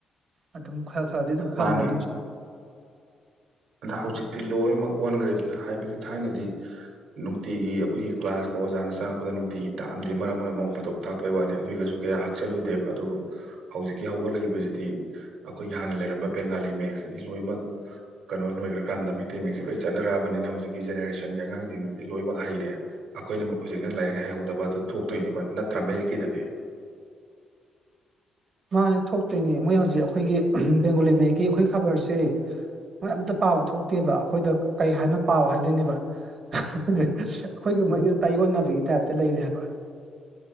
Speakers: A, on the right; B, on the right.
A: ꯑꯗꯨꯝ ꯈꯔ ꯈꯔꯗꯤ ꯑꯗꯨꯝ ꯈꯪꯉꯦ
B: ꯃꯥꯅꯦ
A: ꯑꯗꯨꯁꯨ
B: ꯑꯗ ꯍꯧꯖꯤꯛꯇꯤ ꯂꯣꯏꯃꯛ ꯑꯣꯟꯒ꯭ꯔꯦꯗꯅ ꯍꯥꯏꯕꯗꯤ ꯊꯥꯏꯅꯗꯤ ꯅꯨꯡꯇꯤꯒꯤ ꯑꯈꯣꯏꯒꯤ ꯀ꯭ꯂꯥꯁꯇ ꯑꯣꯖꯥꯅ ꯆꯪꯉꯛꯄꯗ ꯅꯨꯡꯇꯤꯒꯤ ꯇꯥꯛꯑꯝꯗꯦ ꯃꯔꯛ ꯃꯔꯛ ꯅꯣꯡ ꯐꯥꯗꯣꯛ ꯇꯥꯛꯄꯩ ꯋꯥꯅꯤ ꯑꯗꯨ ꯑꯣꯏꯒꯖꯨ ꯀꯌꯥ ꯍꯥꯛꯆꯜꯂꯨꯗꯦꯕ ꯑꯗꯨꯕꯨ ꯍꯧꯖꯤꯛꯀꯤ ꯍꯧꯒꯠꯂꯛꯏꯕꯖꯤꯗꯤ ꯑꯈꯣꯏꯒꯤ ꯍꯥꯟꯅ ꯂꯩꯔꯝꯕ ꯕꯦꯡꯒꯥꯂꯤ ꯃꯌꯦꯛꯁꯤꯗꯤ ꯂꯣꯏꯃꯛ ꯀꯩꯅꯣ ꯂꯣꯏꯒ꯭ꯔꯀꯥꯟꯗ ꯃꯩꯇꯩ ꯃꯌꯦꯛꯁꯦ ꯂꯣꯏ ꯆꯠꯅꯔꯛꯑꯕꯅꯤꯅ ꯍꯧꯖꯤꯛꯀꯤ ꯖꯦꯅꯔꯦꯁꯟꯒꯤ ꯑꯉꯥꯡꯖꯤꯡ ꯂꯣꯏꯃꯛ ꯍꯩꯔꯦ ꯑꯈꯣꯏꯅꯃꯨꯛ ꯍꯨꯖꯤꯛꯅ ꯂꯥꯏꯔꯤꯛ ꯍꯩꯍꯧꯗꯕ ꯑꯗꯨ ꯊꯣꯛꯇꯣꯏꯅꯤ ꯃꯠ ꯅꯠꯇ꯭ꯔꯥ ꯃꯌꯦꯛꯀꯤꯗꯗꯤ
A: ꯃꯥꯅꯦ ꯊꯣꯛꯇꯣꯏꯅꯦ ꯃꯣꯏ ꯍꯧꯖꯤꯛ ꯑꯈꯣꯏꯒꯤ ꯕꯦꯡꯒꯣꯂꯤ ꯃꯌꯦꯛꯀꯤ ꯑꯩꯈꯣꯏ ꯈꯕꯔꯁꯦ ꯃꯣꯏ ꯑꯝꯇ ꯄꯥꯕ ꯊꯣꯛꯇꯦꯕ ꯑꯩꯈꯣꯏꯗ ꯀꯩ ꯍꯥꯏꯅꯣ ꯄꯥꯎ ꯍꯥꯏꯗꯣꯏꯅꯦꯕ ꯑꯍꯥ ꯍꯥ ꯍꯥ ꯑꯩꯈꯣꯏꯒ ꯃꯣꯏꯒꯖꯦ ꯇꯥꯏꯌꯣꯟꯅꯕꯒꯤ ꯇꯥꯏꯞꯇ ꯂꯩꯔꯦ ꯍꯥꯏꯕ